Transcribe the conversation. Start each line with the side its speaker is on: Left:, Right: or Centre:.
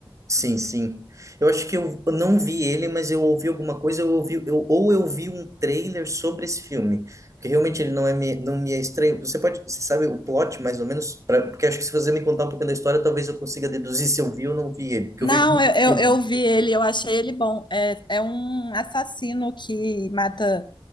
Right: sim, sim. Eu acho que eu não vi ele, mas eu ouvi alguma coisa, eu ouvi, eu, ou eu vi um trailer sobre esse filme, porque realmente ele não é me- não me é estranho. Você pode, você sabe o plot mais ou menos, Pra- porque acho que se você me contar um pouquinho da história, talvez eu consiga deduzir se eu vi ou não vi ele, porque
Left: Não,
Right: eu vejo muito
Left: eu,
Right: filme.
Left: eu, eu vi ele, eu achei ele bom. É, é um assassino que mata,